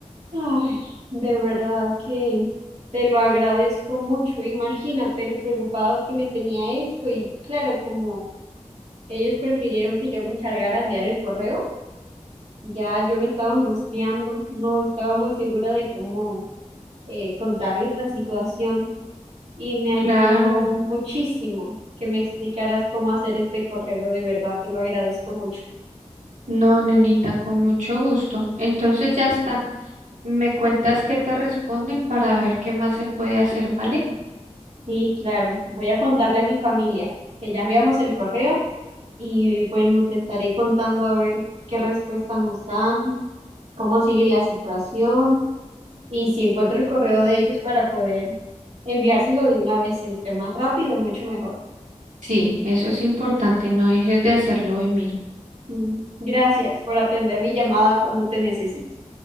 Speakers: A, on the right; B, on the right.
A: Ay, de verdad que te lo agradezco mucho. Imagínate lo preocupado que me tenía esto y claro, como ellos prefirieron que yo me encargara de enviar el correo, ya yo me estaba angustiando, no estaba muy segura de cómo eh, contarles la situación. y me ayudó
B: Claro,
A: muchísimo que me explicaras cómo hacer este correo, de verdad te lo agradezco mucho.
B: no, nenita, con mucho gusto. Entonces ya está. Me cuentas qué te responden para ver qué más se puede hacer, ¿vale?
A: Sí, claro, voy a contarle a mi familia que ya enviamos el correo y bueno, te estaré contando a ver qué respuesta nos dan, cómo sigue la situación y si encuentro el correo de ellos para poder enviárselo de una vez, entre más rápido, mucho mejor.
B: Sí, eso es importante. No dejes de hacerlo hoy mismo.
A: Mm, Gracias por atender mi llamada cuando te necesito.